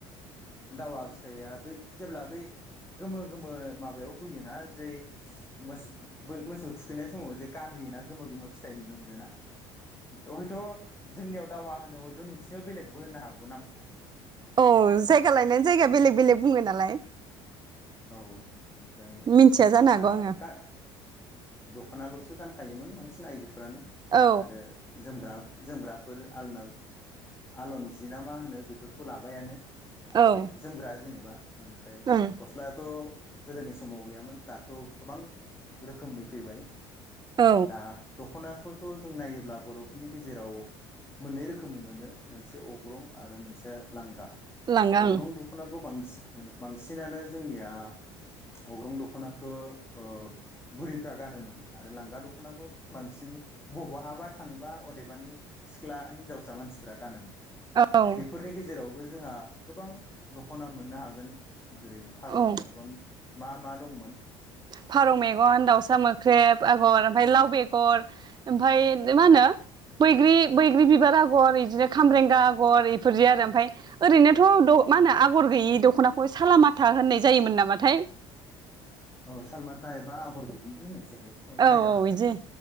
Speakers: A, on the left; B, on the right.
A: दावा फिथाइया बै जेब्ला बै गोमो गोमो माबायाव होयोना जे मोसो मोसौ थुखैनाय समाव जे गानहोयोना गोमो गोमो फिथाइ नुनो मोनो ना हयथ' जोंनियाव दावा होनो हयथ' नोंसिनियाव बेलेगबो होननो हागौ नामखौ।
B: औ जायगा लायनानै जायगा बेलेग बेलेग बुङो नालाय।
A: औ ओमफ्राय
B: मिथिया जानो
A: दा
B: हागौ आङो
A: ता दख'नाल'सो गानखायोमोन बांसिन आइजो फोरानो
B: औ
A: आरो जोमग्रा जोमग्राफोर आलना आलनजि ना मा होनो? बेफोरखौ लाबायानो। आरो
B: औ
A: जोमग्रा जेनेबा ओमफ्राय
B: ओं
A: त' गोदोनि समाव गैयामोन दाथ' गोबां रोखोमनि फैबाय।
B: औ
A: दा दखना खौथ' जों नायोब्ला बर'फोरनि गेजेराव मोननै रोखोमै मोनो। मोनसे अग्रं आरो मोनसे लांगा।
B: लाङा आं
A: अग्रं दखना खौ बांस-ओं बांसिनानो जोंनिया अग्रं दख'नाखो ओ बुरैफ्रा गानोमोन आरो लांगा दख'नाखौ बांसिन ब-बहाबा थांबा अदेबानि सिख्ला हिनजावसा मानसिफ्रा गानोमोन।
B: औ
A: बेफोरनि गेजेरावबो जोंहा गोबां दख'ना मोननो हागोन। फारौ
B: औ
A: मेगन मा मा दंमोन?
B: फारौ मेगन, दाउसा मोख्रेब आगर ओमफाय लाव बेगर ओमफाय मा होनो बैग्रि बैग्रि बिबार आगर इदिनो खामब्रेंगा आगर इफोरदि आरो <unintelligible> ओरैनोथ' द' मा होनो आगर गैयि दख'नाखौ सालामाथा होननाय जायोमोन नामाथाय?
A: औ सालमाथा एबा आगर गुबैबो होननाय जायो।
B: औ
A: जायगा
B: औ
A: लानाय
B: इदि